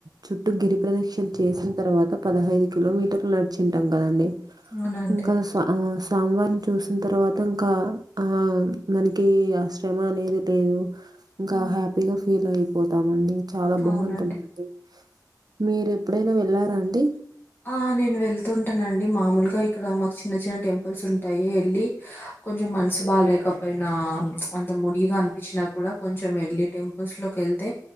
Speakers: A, on the right; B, on the left.
A: చుట్టూ గిరి ప్రదక్షిణ చేసిన తర్వాత పదహైదు కిలోమీటర్లు నడిచింట కదండి
B: అవునండి
A: ఇంకా స ఆ స్ సామీవారిని చూసిన తర్వాత ఇంకా ఆ మనకి ఆశ్రమ అనేది లేదు ఇంకా
B: ఉమ్,
A: హ్యాపీగా ఫీల్ అయిపోతామండి చాలా బాగుంటుందండి
B: అవునండి
A: మీరు ఎప్పుడైనా వెళ్లారండి
B: ఆ నేను వెళ్తుంటానండి మామూలుగా ఇక్కడ మాకు చిన్న చిన్న టెంపుల్స్ ఉంటాయి ఎళ్ళి కొంచం మనసు బాగాలేకపోయినా అంత ముడిగా అనిపించినా కూడా కొంచెం వెళ్లి టెంపుల్స్ లో వెళ్తే